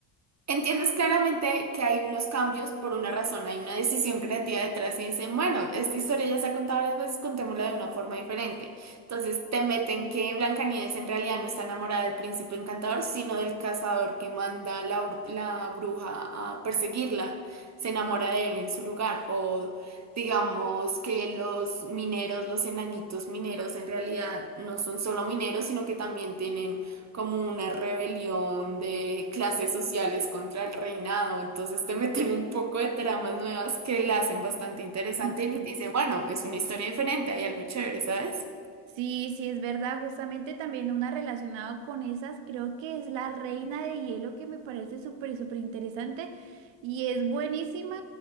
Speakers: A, on the right (about 30°); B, on the right (about 60°).
A: Entiendes claramente que hay unos cambios por una razón, hay una decisión creativa detrás y dicen, bueno, esta historia ya se ha contado varias veces, contémosla de una forma diferente. Entonces te meten que Blancanieves en realidad no está enamorada del príncipe encantador, sino del cazador que manda la, br- la bruja a perseguirla. Se enamora de él en su lugar. O digamos que los mineros, los enanitos mineros en realidad no son solo mineros, sino que también tienen como una rebelión de clases sociales contra el reinado. Entonces te meten un poco de tramas nuevas que la hacen bastante interesante
B: <laughs>
A: y te dicen, bueno, es una historia diferente, hay algo chévere, ¿sabes?
B: Sí, sí, es verdad. Justamente también una relacionada con esas, creo que es la reina de hielo que me parece súper, súper interesante y es buenísima